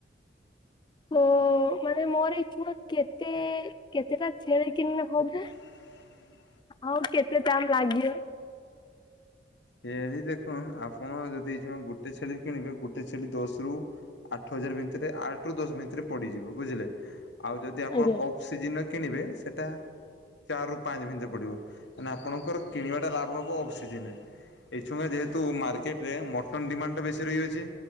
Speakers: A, on the left; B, on the left.
A: ତ ମାନେ ମୋର ଇଛୁ କେତେ କେତେଟା ଛେଳିି କିନଲେ ହବ।
B: <inaudible>
A: ଆଉ କେତେ ଟାଇମ ଲାଗିିବ?
B: ଏଇ ଛେଳି ଦେଖନ୍ତ ଆପଣ ଯଦି ଗୋଟେ ଛେଳି କିଣିବେ ଗୋଟେ ଛେଳି ଦଶରୁ ଆଠ ହଜାର ଭିତରେ ଆଠ ରୁ ଦଶ ଭିତରେ ପଡିଯିବ ବୁଝିଲେ ଆଉ ଯଦି ଆପଣ
A: ଆଜ୍ଞା।
B: ସେଜିନ କିଣିବେ ସେଇଟା ଚାରିରୁ ପାଞ୍ଚ ଭିତରେ ପଡ଼ିବ ମ ଆପଣଙ୍କ କିଣିବାଟା ଲାଭ ହେବ ଅଫସିଜନରେ। ଏଛୁଆ ଯେହେତୁ ମାର୍କେଟରେ ମଟନ୍ ଡିମାଣ୍ଡଟା ବେଶୀ ରହିଅଛି